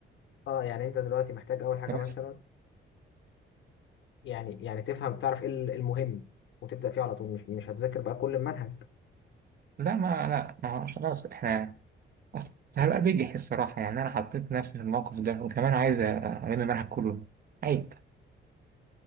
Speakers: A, on the left; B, on the right.
A: اه يعني انت دلوقتي محتاج اول حاجه
B: بس
A: مثلا يعني يعني تفهم تعرف ايه ال- إيه المهم وتبدا فيه على طول مش مش هتذاكر بقى كل المنهج
B: لا ما لا ما هو خلاص احنا اصل هبقى بجح الصراحه يعني انا حطيت نفسي في الموقف ده وكمان عايز الم المنهج كله عيب